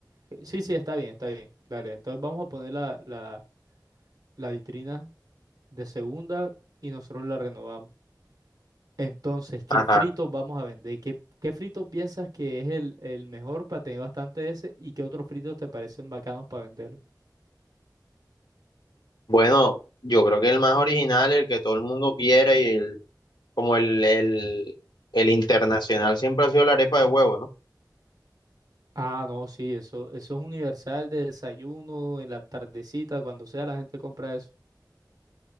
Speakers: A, on the right; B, on the left.
A: Eh, Sí, sí, está bien, está bien. Dale, entonces vamos a poner la, la, la vitrina de segunda y nosotros la renovamos. Entonces, ¿qué
B: Ajá.
A: fritos vamos a vender? ¿Qué, qué frito piensas que es el, el mejor para tener bastante de ese? ¿Y qué otros fritos te parecen bacanos para venderlos?
B: Bueno, yo creo que el más original, el que todo el mundo quiere y el, como el, el, el internacional siempre ha sido la arepa de huevo, ¿no?
A: Ah, no, sí, eso, eso es universal de desayuno, en la tardecita, cuando sea la gente compra eso.